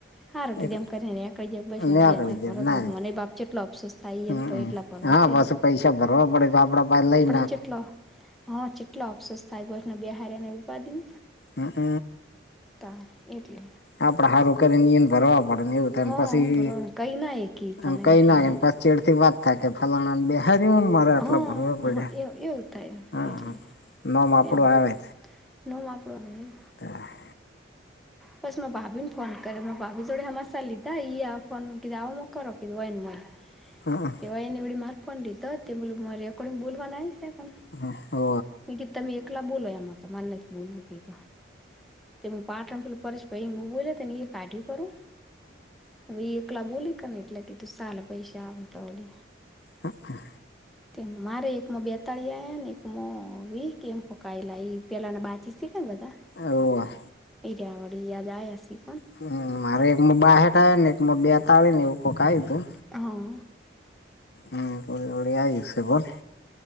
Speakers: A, in the centre; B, on the left.
A: હારો કીધું
B: એટલે
A: એમ કરી ને એકડી જ બસને
B: નીકળી
A: બે હજાર
B: જાય
A: પર
B: ના
A: મને એ બાપ જેટલો અફસોસ થાય
B: હમમ
A: એ ને એટલા. ભરવા
B: હા
A: થઈ
B: પાસું પૈસા ભરવા પડે તો આપડા પા લઈને
A: ચેટલો હા ચેટલો અફસોસ થાય કોઈને બે હાર ને ઉપાડી.
B: હ હ.
A: તાર એટલે.
B: આપડે હારું કરીન એને ભરવા પડેને એવું થાય
A: હા
B: ને પછી
A: બરોબર કઈ ના કી પણ
B: એ કઈ
A: એમ કે
B: નાખેને પ ચેડથી વાત થાય કે ફલાણા બે હર મારે આટલા
A: હા
B: ભરવા પડ્યા
A: હા એ એવું થાય
B: હા
A: એટલે
B: નોમ આપડું
A: એમ
B: આવે.
A: નોમ આપડું આવે એમ.
B: હા.
A: પસ મા ભાભી ને ફોન કરે ભાભી જોડે હમાશા લીધા ઈ આ ફોન કીધા આવો મોકરો કીધું હોયને મને.
B: હહ.
A: એવા એને એડી મારફોન લીધો તે બલું મારે રેકોડિંગ બોલવા નાઈ શકમ.
B: હ હ હવ.
A: મેં કીધું તમે એકલા બોલો મારે નથ બોલવું એમાં. તેું હું પાટ રમ પેલું પરેશ ભાઈ હું બોલ તને એ કાઢ્યું કરું. હવે એકલા બોલે ક ને એટલે કે તું સારા પૈસા આવે તોડે.
B: હા.
A: તે મારેય એકમાં બેતાળી આયા ને એક મો વી કે એમ કો કોક આયેલા એ પેલા બાચી થી કાને બધા
B: હોવે
A: ઈરા વળી આજ આયા સે.
B: હમ્મ મારે એકમાં બાહેઠ આયા ને એકમાં બેતાળી ને એવું કોક આયુ તું.
A: હોવ.
B: હમ્મ હોડી ઓળી આવી જશે બોલ.